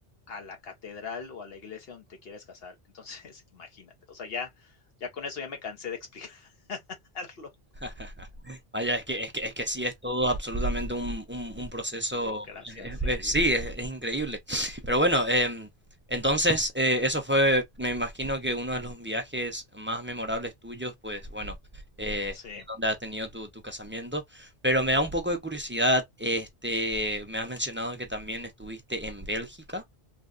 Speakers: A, on the left (about 70°); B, on the right (about 15°).
A: a la catedral o a la iglesia donde te quieras casar. Entonces, <laughs> imagínate, o sea, ya, ya con eso ya me cansé de explicarlo. <laughs>
B: <laughs> Vaya, es que, es que, es que sí, es todo absolutamente un, un- un proceso.
A: Burocracia,
B: eh,
A: sí.
B: eh, sí, es, es increíble. Pero bueno, em, entonces eh, eso fue, me imagino que uno de los viajes más memorables tuyos, pues bueno, eh,
A: Sí.
B: es donde has tenido tu, tu casamiento. Pero me da un poco de curiosidad, este, me has mencionado que también estuviste en Bélgica.